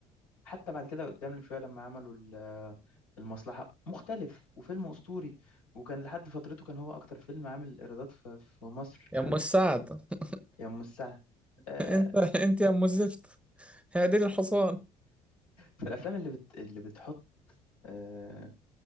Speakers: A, on the left; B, in the centre.
A: حتى بعد كده قدام شويه لما عملوا ال- المصلحه مختلف وفيلم اسطوري وكان لحد فترته كان هو اكتر فيلم عامل ايرادات في في مصر
B: يا
A: لحد
B: أم السعد <laughs>
A: يوم الساعه آه،
B: أنت أنت يا أم الزفت هي دي الحصان
A: فالافلام اللي بت اللي بتحط آه،